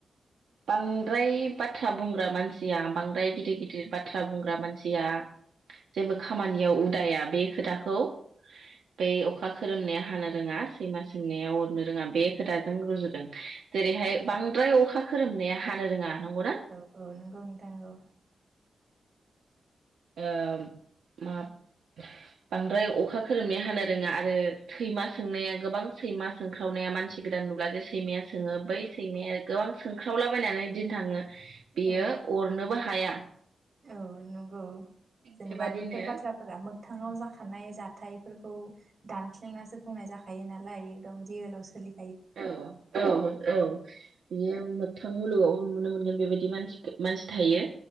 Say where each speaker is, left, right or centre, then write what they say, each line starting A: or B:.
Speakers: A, on the right; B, on the right.
A: बांद्राय बाथ्रा बुंग्रा मानसिया बांद्राय गिदिर गिदिर बाथ्रा बुंग्रा मानसिया जेबो खामानियाव उदाया बे खोथाखौ बै अखा खोरोमनाया हानो रोङा सैमा सोंनाया अरनो रोङा बे खोथाजों रुजुदों। जेरैहाय
B: औ
A: बांद्राय अखा खोरोमनाया हानो नो रोङा। नंगौना
B: औ औ नोंगौ नोंथां नंगौ।
A: ओ माब बांद्राय अखा खोरोमनाया हानो रोङा आरो सैमा सोंनाया गोबां सैमा सोंख्रावनाया मानसि गोदान नुब्ला जे सैमाया सोङो बै सैमाया गोबां सोंख्रावलाबायनानै दिन्थाङो बियो
B: औ
A: अरनोबो हाया।
B: औ नंगौ जेनेबा
A: बेबादिनो
B: बेफोर बाथ्राफोरा मोगथाङाव जाख खानाय जाथायफोरखौ दानस्लेंनासो बुंनाय जाखायो नालाय एकदम रियेल आव सोलि
A: औ औ औ बियो मोग थां मुलुगाव नुनो मोनगोन बेबायदि मानसि मानसि थायो।